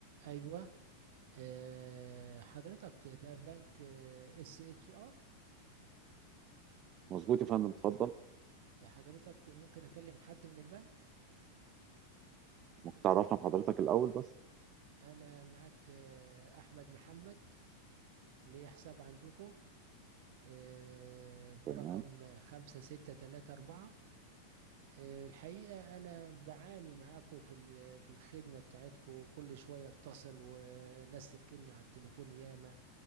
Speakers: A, on the right; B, on the right.
A: ايوه آه، حضرتك ده البنك اس اتش ار
B: مظبوط يا فندم اتفضل
A: حضرتك ممكن اكلم حد من البنك
B: ممكن تعرفنا بحضرتك الأول بس
A: انا معاك آه، احمد محمد ليا حساب عندكم آه، برقم
B: تمام
A: خمسة ستة تلاتة أربعة آه، الحقيقة أنا بعاني معاكم في ال- في الخدمة بتاعتكم كل شوية أتصل وناس تركني على التليفون ياما